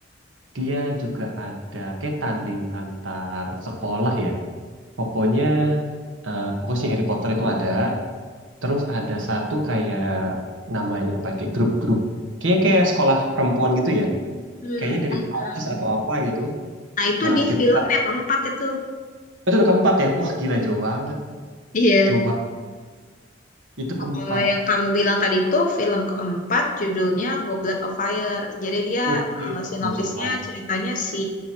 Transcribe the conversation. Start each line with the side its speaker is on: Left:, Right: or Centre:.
Right: dia juga ada kayak tanding antar sekolah ya. Pokoknya, eh pokoknya si Harry Potter itu ada. Terus ada satu kayak namanya apa ya, kayak grup-grup. Kayaknya kayak sekolah perempuan gitu ya.
Left: Hmm,
Right: kayaknya dari
Left: ah,
Right: Prancis atau apa gitu
Left: nah itu
Right: yang
Left: di
Right: akhirnya
Left: film yang keempat itu.
Right: itu udah keempat ya wah gila jauh banget
Left: Iya.
Right: jauh banget itu keempat
Left: Kalau yang kamu bilang tadi itu film keempat judulnya Goblet of Fire. Jadi dia
Right: oke
Left: eh, sinopsisnya
Right: buat offline
Left: ceritanya si